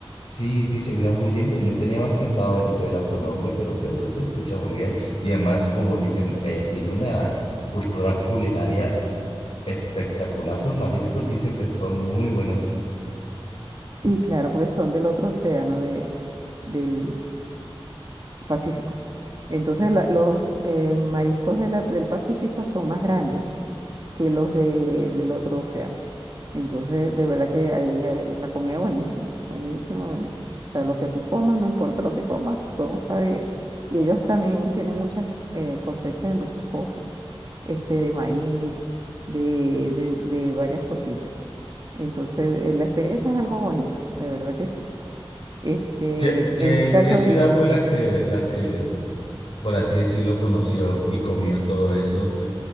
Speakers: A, on the left (about 65°); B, on the right (about 45°).
A: sí, sí, se mira muy lindo. Yo tenía más pensado Venezuela o Colombia, pero Perú se escucha muy bien y además, como dicen, eh, tiene una cultura culinaria espectacular. Sus mariscos dicen que son muy buenos.
B: Sí, claro, porque son del otro océano, de, del Pacífico. Entonces, la- los eh, mariscos de la- del Pacífico son más grandes que los de, del otro océano. Entonces, de verdad que ahí eh, la comida buenísima, buenísima, buenísima. O sea, lo que tú comas, no importa lo que comas, todo sabe bien. Y ellos también tienen muchas eh, cosechas de muchas cosas. este, de maíz, de, de- de varias cositas. Entonces, eh, la experiencia es algo bonito, de verdad que sí. Este,
A: ¿Qué, qué,
B: en el caso
A: qué ciudad
B: de,
A: fue la que, la que, por así decirlo, conoció y comió todo eso?